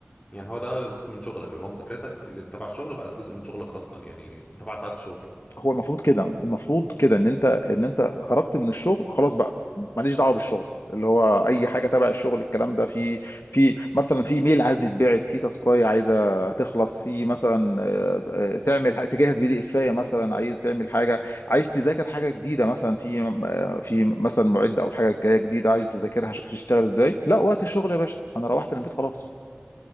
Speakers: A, on the left; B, on the left.
A: يعني هو ده جزء من شغلك اللي هو مذاكرتك في اللي تبع الشغل بقت جزء من شغلك اصلا يعني تبع ساعات الشغل
B: هو المفروض كده المفروض كده ان انت ان انت خرجت من الشغل خلاص بقى ماليش دعوه بالشغل اللي هو اي حاجه تبع الشغل الكلام ده في في مثلا في ميل عايز يتبعت في تاسكايه عايزه تخلص في مثلا آه، آه، تعمل ح- تجهز بي دي افايه مثلا عايز تعمل حاجه عايز تذاكر حاجه جديده مثلا في آه، في مثلا معده او حاجه جايه جديده عايز تذاكرها شوف تشتغل ازاي لا وقت الشغل يا باشا انا روحت البيت خلاص